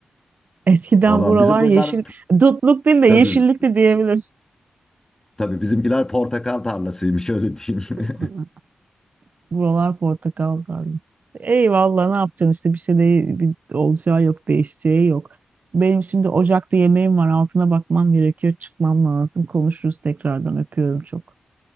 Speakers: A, on the right (about 50°); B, on the left (about 15°).
A: Eskiden
B: Valla
A: buralar
B: bizim buralar
A: yeşil. Dutluk değil de
B: tabii
A: yeşillikti diyebiliriz.
B: tabii bizimkiler portakal tarlasıymış öyle diyeyim. <laughs>
A: <laughs> Buralar portakal tarlası. Eyvallah ne yapacaksın işte bir şey değil, bir olacağı yok, değişeceği yok. Benim şimdi ocakta yemeğim var, altına bakmam gerekiyor, çıkmam lazım. Konuşuruz tekrardan öpüyorum çok.